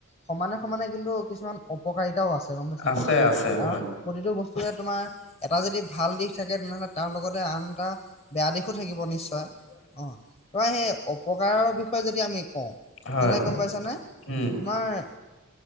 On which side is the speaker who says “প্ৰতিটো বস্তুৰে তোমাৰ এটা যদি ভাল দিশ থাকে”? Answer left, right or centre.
Left